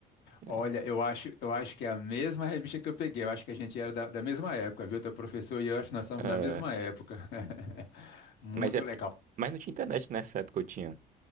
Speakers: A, on the right; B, on the left.
A: né?
B: Olha, eu acho, eu acho que é a mesma revista que eu peguei, eu acho que a gente era da, da mesma época, viu, teu professor e eu acho que nós estamos
A: É,
B: da mesma época. <laughs> Muito
A: mas é porque,
B: legal.
A: mas não tinha internet nessa época eu tinha.